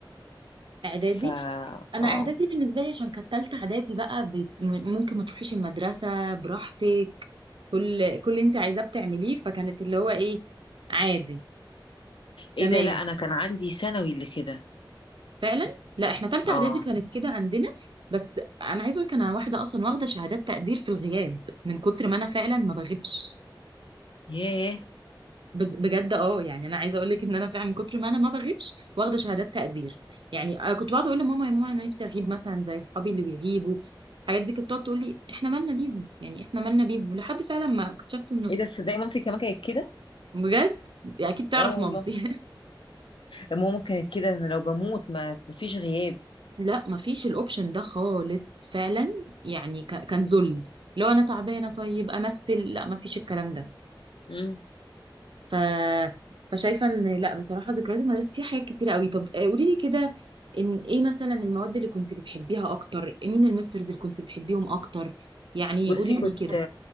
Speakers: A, on the right (about 70°); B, on the left (about 80°).
A: اعدادي
B: فا
A: انا
B: اه
A: اعدادي بالنسبه لي عشان كانت تالته اعدادي بقى ب... م- ممكن ما تروحيش المدرسه براحتك كل كل اللي انت عايزاه بتعمليه فكانت اللي هو ايه عادي تمام
B: ايه ده لا انا كان عندي ثانوي اللي كده
A: فعلا لا احنا تالتة
B: اه
A: اعدادي كانت كده عندنا بس انا عايزه اقولك انا واحده اصلا واخده شهادات تقدير في الغياب من كتر ما انا فعلا ما بغيبش
B: ياه
A: بس بجد اه يعني انا عايزه اقول لك ان انا فعلا من كتر ما انا ما بغيبش واخده شهادات تقدير يعني أنا كنت بقعد اقول لماما يا ماما انا نفسي اغيب مثلا زي اصحابي اللي بيغيبوا الحاجات دي كانت بتقعد تقول لي احنا مالنا بيهم يعني احنا مالنا بيهم لحد فعلا ما اكتشفت انه
B: ايه ده تصدقي مامتي كمان كانت كده
A: بجد يعني اكيد تعرف
B: اه والله
A: مامتي <laughs>
B: ماما كانت كده انا لو بموت ما مفيش غياب
A: لا مفيش الاوبشن ده خالص فعلا يعني ك- كان ذل لو انا تعبانه طيب امثل لا مفيش الكلام ده
B: مم.
A: ف فشايفه ان لا بصراحه ذكريات المدرسه فيها حاجات كتيره قوي طب آه، قولي لي كده ان ايه مثلا المواد اللي كنت بتحبيها اكتر مين المسترز اللي كنت بتحبيهم اكتر يعني
B: بصي
A: قولي
B: كنت
A: لي كده